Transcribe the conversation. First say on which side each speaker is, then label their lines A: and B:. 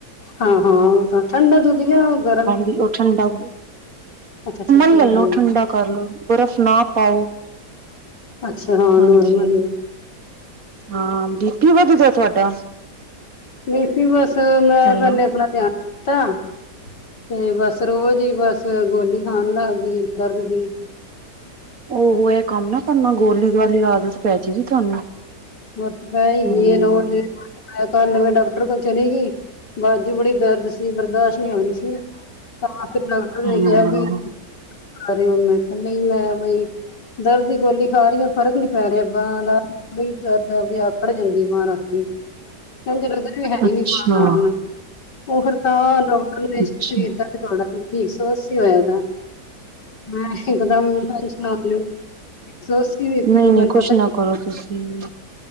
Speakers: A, on the left; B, on the right.
A: ਹਾਂ-ਹਾਂ, ਠੰਡਾ ਦੁੱਦ ਲਿਆਂਵਾ ਗਰਮ?
B: ਲੋ ਠੰਡਾ ਦੁੱਦ
A: ਅੱਛਾ-ਅੱਛਾ
B: ੳਦਾਂ ਲੈ ਲਓ,
A: ਈ
B: ਠੰਡਾ ਕਰ ਲੋ, ਬਰਫ਼ ਨਾ ਪਾਓ
A: ਅੱਛਾ ਹਾਂ
B: ਹਾਂਜੀ
A: ਨੂਰਮ <inaudible>
B: ਹਾਂ, ਬੀਪੀ ਵਧਦੈ ਤਵਾਡਾ?
A: ਨਹੀਂ ਸੀ ਬਸ ਮੈਂ
B: ਹੈਲੋ
A: ਪਹਲੇ ਆਪਣਾ ਧਿਆਨ ਤਾਂ ਤੇ ਬਸ ਰੋਜ਼ ਹੀ ਬਸ ਗੋਲੀ ਖਾਨ ਲੱਗ ਗਈ, ਦਰਦ ਦੀ
B: ਓਹ ਐ ਕੰਮ ਨਾ ਕਰਨਾ ਗੋਲੀ ਗਾਲੀ ਆਦਤ ਪੈ ਜਾਏਗੀ ਤੁਹਾਨੂੰ
A: ਥਸ ਪੈ ਈ ਗਈ
B: ਹੂੰ
A: ਏ, ਰੋਜ ਮੈਂ ਕੱਲ ਨਵੇਂ ਡਾਕਟਰ ਕੋਲ ਚਲੀ ਗਈ, ਬਾਜੂ ਬੜੀ ਦਰਦ ਸੀ ਬਰਦਾਸ਼ਤ ਨਹੀਂ ਆਉਂਦੀ ਸੀ ਤਾਂ ਫਿਰ ਡਾਕਟਰ
B: ਹਾਂ
A: ਨੇ ਕਿਹਾ ਬਈ ਖਾਰੇ ਓ? ਮੈਂ ਕਯਾ, ਨਈ ਮੈਂ ਨਈ। ਦਰਦ ਦੀ ਗੋਲੀ ਖਾ ਰਈ ਆਂ ਫਰਕ ਨੀ ਪੈ ਰਿਆ ਬਾਂ ਦਾ, ਬੜੀ ਦਰਦ ਆ, ਵੀ ਆਕੜ ਜਾਂਦੀ ਬਾਂਹ ਰਾਤ ਐਂਝ ਲੱਗਦਾ ਜਿਵੇਂ ਹੈ
B: ਅੱਛਾ
A: ਈ ਨੀ ਬਾਂਹ ਨਾਲ ਓ ਫਿਰ ਤਾਂ ਡੋਕਟਰ ਨੇ
B: ਅੱਛਾ
A: ਚੈਕ ਕੀਤਾ ਤੁਆਡਾ ਬੀਪੀ ਇੱਕ ਸੌ ਅੱਸੀ ਹੋਇਆ ਪਿਐ ਮੈਨ ਇੱਕਦਮ ਟੈਂਸ਼ਨ ਹੋ ਗਈ ਇੱਕ ਸੌ ਅੱਸੀ ਬੀਪੀ
B: ਨਈ-ਨਈ,
A: ਵੀ ਮੈਨੂੰ
B: ਕੁਸ਼
A: ਪਤਾ
B: ਨਾ ਕਰੋ, ਤੁਸੀਂ।